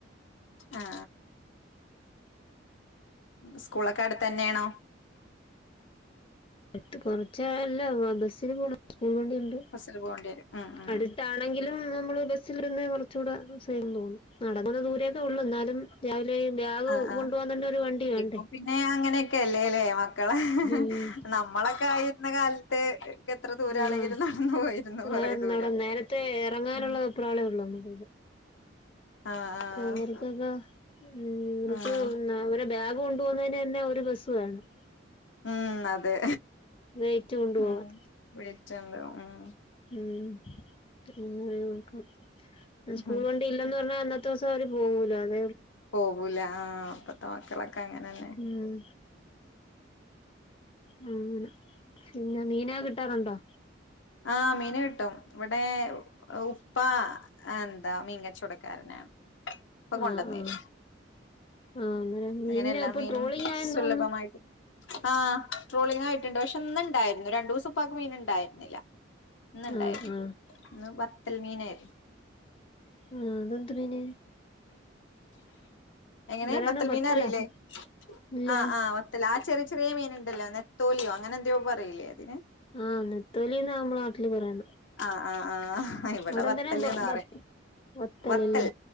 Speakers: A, on the left; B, on the left.
A: ആ അ സ്കൂളൊക്കെ അടുത്ത് തന്നെയാണോ?
B: എടുത്ത് കൊറച്ചല്ലാ ബസ്സില് കൊടുത് <unintelligible> ഉണ്ട്
A: ബസ്സില് പോകേണ്ടി വരും ഉം ഉം
B: അടുത്താണെങ്കിലും നമ്മൾ ബസി ൽ ഇരുന്ന കുറച്ചുകൂടെ എന്നും നടങ്ങുന്ന ദൂരേൊക്കെ ഉള്ളൂ എന്നാലും രാവിലെ ബാഗ്
A: ആ ആ
B: കൊണ്ടുപോകാൻ തന്നെ ഒരു വണ്ടി വേണ്ടേ
A: ഇപ്പൊ പിന്നെ അങ്ങനെയൊക്കെ അല്ലേല്ലേ മ മക്കള
B: ഉം
A: നമ്മളൊക്കെ ആയിരുന്ന കാലത്ത് എത്ര ദൂരാണെങ്കിലും
B: ആ
A: നടന്നു പോയിരുന്നു
B: ഇത്ര
A: കൊറേ ദൂരം
B: നട നേരത്തെ ഇറങ്ങാനുള്ള
A: ഉം
B: വെപ്രാളെയൊള്ളു.
A: ആഹ് ആഹ്
B: പവർഗക. ഉം നിക്ക്
A: ആഹ്
B: അവരെ ബാഗ് കൊണ്ട് പോകുന്നതിനെന്നെ ഒരു ബസ് വേണം.
A: ഉം അതെ
B: നൈറ്റ് കൊണ്ടു പോവാൻ.
A: ഉം <unintelligible> ഉം.
B: ഉം <unintelligible> നോക്കാം.
A: ഉം
B: സ്കൂൾ വണ്ടി ഇല്ലന്ന് പറഞ്ഞാൽ അന്നത്തെ ദിവസം അവർ പോകൂല അത
A: പോകൂല ആ ഇപ്പത്തെ മക്കളൊക്കെ അങ്ങനെ തന്നെ.
B: ഉം ഉ പിന്നെ മീനാ കിട്ടാറുണ്ടോ?
A: ആഹ് മീൻ കിട്ടും. ഇവിടെ ഉപ്പ എന്താ മീൻകച്ചോടക്കാരന ഇപ്പ കൊണ്ടനേരും.
B: ആഹ് ആഹ് ആഹ് അന്നേരം മീനിന്
A: അങ്ങനെ എല്ലാ
B: ഇപ്പൊ
A: മീനും
B: ട്രോളിങ് ആയെന്ന്
A: സുലഭമായിട്ട്
B: തോന്നുന്നു
A: ആഹ് ട്രോളിങ് ആയിട്ടുണ്ട്. പക്ഷെ ഇന്ന് ഇണ്ടായിരുന്നു രണ്ടു ദിവസം ഉപ്പക്ക് മീൻ ഉണ്ടായിരുന്നില്ല. ഇന്ന് ഇണ്ടായിരുന്നു.
B: ആഹ് ആഹ്
A: ഇന്ന് വത്തൽ മീനയിരുന്നു.
B: ആ അതെന്ത് മീന്
A: എങ്ങനെ
B: എന്തരാണ്
A: ബത്തൽ
B: ബത്തലോ
A: മീന അറിയില്ലേ?
B: ഇല്ല
A: ആഹ് ആ വത്തൽ ആ ചെറിയ ചെറിയ മീനുണ്ടല്ലോ നത്തോലിയോ അങ്ങനെ എന്തോ പറയില്ലേ അതിന്
B: ആഹ് നെത്തോലിന്നാ നമ്മളെ നാട്ടില് പറയന്ന്
A: ആഹ് ആഹ് ആഹ് ഇവിടെ
B: അവിടെ എന്തരോ
A: വത്തല്ന്ന്
B: <unintelligible>
A: പറയും
B: ഒത്തല്ലല്ലേ
A: വത്തൽ